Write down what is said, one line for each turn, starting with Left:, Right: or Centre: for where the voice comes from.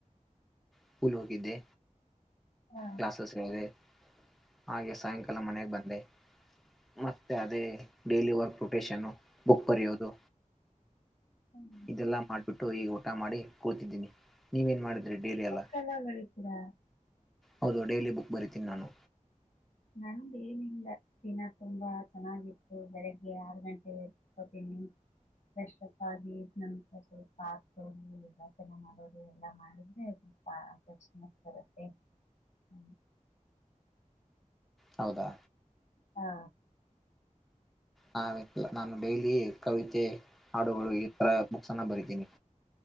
Centre: ಸ್ಕುಲ್ ಹೋಗಿದ್ದೆ
Left: ಹಾ
Centre: ಕ್ಲಾಸಸ್ಸ್ ಹೋದೆ. ಹಾಗೆ ಸಾಯಂಕಾಲ ಮನೆಗ್ ಬಂದೆ ಮತ್ತೆ ಅದೇ ಡೈಲಿ ವರ್ಕ್ ರೊಟೇಶನ್ನು ಬುಕ್ ಬರೆಯೋದು.
Left: ಹ್ಮ್.
Centre: ಇದೆಲ್ಲ ಮಾಡ್ ಬಿಟ್ಟು ಈಗ ಊಟ ಮಾಡಿ ಕೂತಿದ್ದಿನಿ ನೀವ್ ಏನ್ ಮಾಡಿದ್ರಿ ಡೈಲಿ ಎಲ್ಲ
Left: ಬುಕ್ಕೆಲ್ಲ ಬರೀತೀರಾ?
Centre: ಹೌದು ಡೈಲಿ ಬುಕ್ ಬರಿತೀನಿ ನಾನು.
Left: ನಂದ್ ಏನಿಲ್ಲ ದಿನ ತುಂಬಾ ಚೆನ್ನಾಗಿತ್ತು ಬೆಳಗ್ಗೆ ಆರು ಗಂಟೆ ಕೋತೀನಿ ಫ್ರೆಶಪ್ ಆಗಿ ನಮ ಸ್ವಲ್ಪ <unintelligible> ಯೋಗಾಸನ ಮಾಡೋದು ಎಲ್ಲಾ ಮಾಡಿದ್ರೆ ಸ್ವಲ್ಪ <unintelligible> ಬರುತ್ತೆ ಹ್ಮ.
Centre: ಹೌದಾ
Left: ಹಾ
Centre: ಹವೆತಲ್ಲ ನಾನು ಡೈಲಿ ಕವಿತೆ ಹಾಡುಗಳು ಈ ತರ ಬುಕ್ಸ್ನ್ನ ಬರಿತೀನಿ